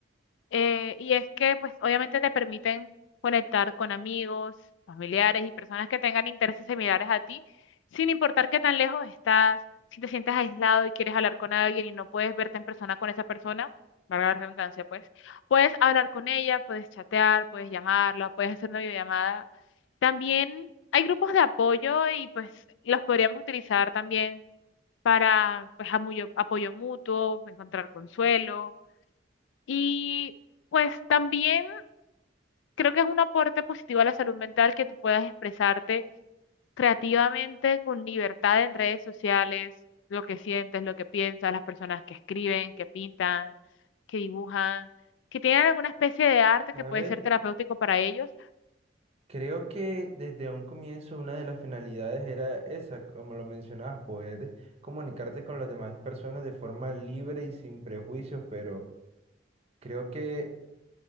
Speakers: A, on the left; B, on the right.
A: Eh, y es que, pues, obviamente te permiten conectar con amigos, familiares y personas que tengan intereses similares a ti, sin importar qué tan lejos estás, si te sientes aislado y quieres hablar con alguien y no puedes verte en persona con esa persona, valga la redundancia, pues, puedes hablar con ella, puedes chatear, puedes llamarla, puedes hacer una videollamada. También hay grupos de apoyo y, pues, los podríamos utilizar también para, pues, amuyo- apoyo mutuo, encontrar consuelo y pues también creo que es un aporte positivo a la salud mental que tú puedas expresarte creativamente con libertad en redes sociales, lo que sientes, lo que piensas, las personas que escriben, que pintan, que dibujan, que tienen alguna especie de arte
B: ¿Sabes?
A: que puede ser terapéutico para ellos.
B: Creo que desde un comienzo una de las finalidades era esa, como lo mencionabas, poder comunicarte con las demás personas de forma libre y sin prejuicios, pero creo que